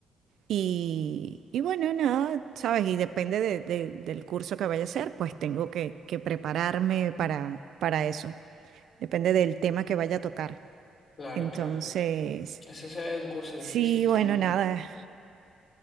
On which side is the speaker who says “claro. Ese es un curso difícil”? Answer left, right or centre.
Left